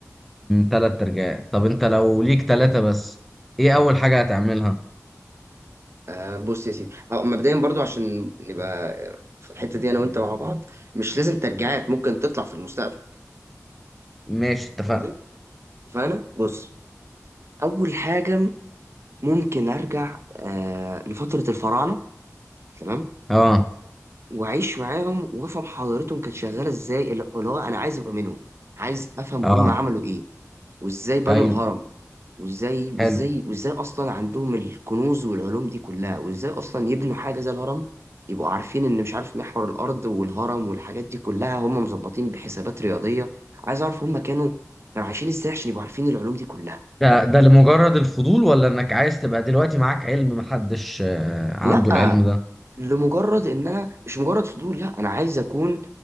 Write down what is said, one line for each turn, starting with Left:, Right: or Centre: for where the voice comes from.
Centre: ثلاث ترجعات طب انت لو ليك ثلاثة بس ايه اول حاجة هتعملها
Right: آه بص يا سيدي أو مبدئيا برضو عشان نبقى آه، في الحته دي انا وانت مع بعض مش لازم ترجعات ممكن تطلع في المستقبل
Centre: ماشي اتفقنا
Right: فاهم قصدي فانا بص اول حاجه ممكن ارجع آه لفتره الفراعنه تمام
Centre: اه
Right: واعيش معاهم وافهم حضارتهم كانت شغاله ازاي اللي اللي هو انا عايز ابقى منهم عايز افهم
Centre: اه
Right: هم عملوا ايه وازاي بنوا
Centre: ايوه
Right: الهرم وازاي وازاي
Centre: حلو
Right: وازاي اصلا عندهم الكنوز والعلوم دي كلها وازاي اصلا يبنوا حاجه زي الهرم يبقوا عارفين ان مش عارف محور الارض والهرم والحاجات دي كلها هم مظبطين بحسابات رياضيه عايز اعرف هم كانوا كانوا عايشين ازاي عشان يبقوا عارفين العلوم دي كلها
Centre: ده ده لمجرد الفضول ولا انك عايز تبقى دلوقتي معاك علم محدش آه، عنده
Right: لا
Centre: العلم ده
Right: لمجرد ان انا مش مجرد فضول لا انا عايز اكون